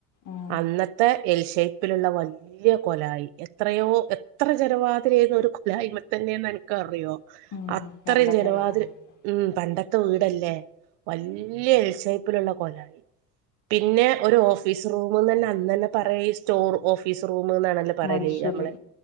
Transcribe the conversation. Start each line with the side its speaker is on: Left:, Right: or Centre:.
Left: ആഹ്
Right: അന്നത്തെ എൽ ഷേപ്പില്ള്ള പോലെ ല്ല്യെ കൊലായി എത്രയോ എത്ര ജന വാതിലേന്നു ഒരു കൊലായിമ്മെ തന്നെ അൻക്കറിയോ
Left: ഉം
Right: അത്രേം
Left: പണ്ടത്തെ
Right: ജനവാതിൽ
Left: കാലങ്ങളില്
Right: ഉം പണ്ടത്തെ വീടല്ലേ വല്ല്യെ എൽ ഷേപ്പിലുള്ള കൊലായി പിന്നെ ഒരു ഓഫീസ് റൂമ്ന്ന് തന്നെ അന്നെ പറ്യേ ഈ സ്റ്റോർ ഓഫീസ് റൂമ്ന്നാണല്ലോ പറയലയ്യ
Left: മത്സൂറി
Right: നമ്മള്